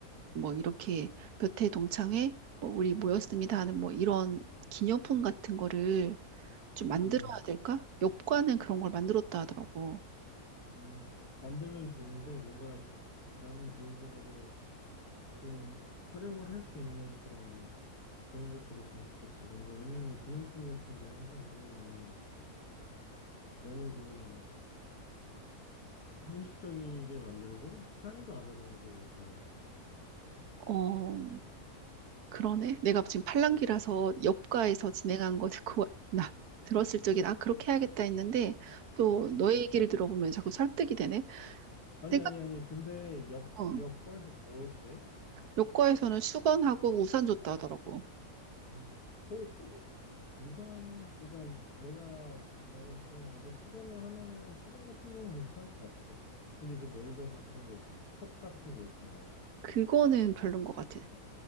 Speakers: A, on the right; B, on the left.
A: 뭐 이렇게 몇 회 동창회, 뭐 우리 모였습니다 하는 뭐 이런 기념품 같은 거를 좀 만들어야
B: 음,
A: 될까? 엽과는 그런 걸 만들었다 하더라고.
B: 음, 만들면 좋은데 뭔가 나는 개인적으로 좀 활용을 할 수 있는 그런 그런 것들이었으면 좋겠어. 뭔가 왜냐면 기념품 같은 게 항상 보면은 너무 그냥 형식적이게 만들고 사용도 안 하잖아, 별로 잘.
A: 어, 그러네. 내가 지금 팔랑귀라서 엽과에서 진행한 거 듣고 나 들었을 적엔 아, 그렇게 해야겠다 했는데 또
B: 음.
A: 너의 얘기를 들어보면 자꾸 설득이 되네.
B: 아니
A: 내가
B: 아니 아니. 근데 옆
A: 어,
B: 옆과에서 뭐 했대?
A: 요과에서는 수건하고 우산 줬다 하더라고.
B: 음. 어, 수, 우산 그러니까 내가 말하고 싶은 건 예를 들어 수건을 하면은 수건 같은 경우는 괜찮을 것 같아. 근데 이제 뭐 예를 들어서 그런 거 있잖아. 컵 같은 거 있잖아.
A: 그거는 별론 것 같아.
B: 어.